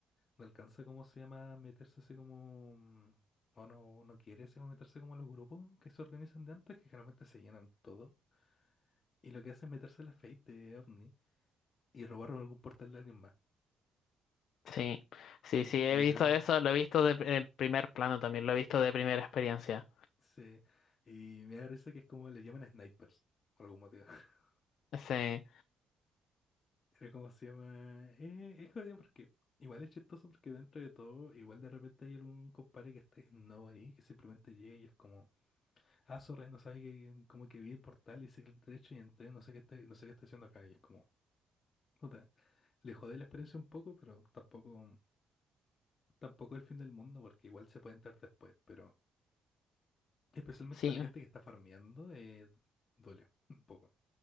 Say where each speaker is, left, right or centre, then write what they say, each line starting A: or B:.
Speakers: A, on the left; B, on the left.
A: No alcanza, ¿cómo se llama? Meterse así como... mm, O no, no quiere así como meterse como a los grupos que se organizan de antes, que generalmente se llenan todo. Y lo que hace es meterse a la Fate de OVNI y robar algún portal de alguien más.
B: sí, sí,
A: Eh,
B: sí, he
A: literal,
B: visto eso, lo he visto de pr- en primer plano también, lo he visto de primera experiencia.
A: se... Y me da risa que es como le llaman snipers, por algún motivo. <laughs>
B: Sí,
A: Pero como se llama... eh, es jodido porque... Igual es chistoso porque dentro de todo, igual de repente hay algún compadre que esté no ahí, que simplemente llega y es como... Ah, sorry, no sabía que como que vi el portal y el derecho y entré, no sé qué está, no sé qué está haciendo acá. Y es como, puta, le jodé la experiencia un poco, pero tampoco, tampoco el fin del mundo, porque igual se puede entrar después, pero especialmente
B: sí,
A: para la gente que está farmeando, eh, duele <laughs> un poco.